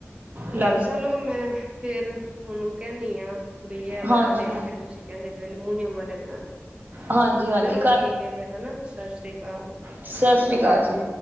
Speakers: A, on the right (about 40°); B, on the right (about 20°).
A: ਲੱ
B: ਚਲੋ ਮੈਂ ਫੇਰ ਉਹਨੂੰ ਕਹਿਨੀ ਆ ਬਈ ਹੈ
A: ਹਾਂਜੀ
B: ਵਾਲ਼ੇ ਜਿਹੜੇ ਤੁਸੀਂ। ਕਹਿੰਦੇ ਵੀ ਐਲਮੂਨੀਅਮ ਵਾਲੇ ਬਣਾਉਣੇ ਆ
A: ਹਾਂਜੀ ਹਾਂਜੀ
B: ਚਲੋ ਠੀਕ ਹੈ ਫੇਰ ਹਨਾ ਸ ਸ੍ਰੀ ਕਾਲ।
A: ਸ ਸ਼੍ਰੀ ਕਾਲ ਜੀ।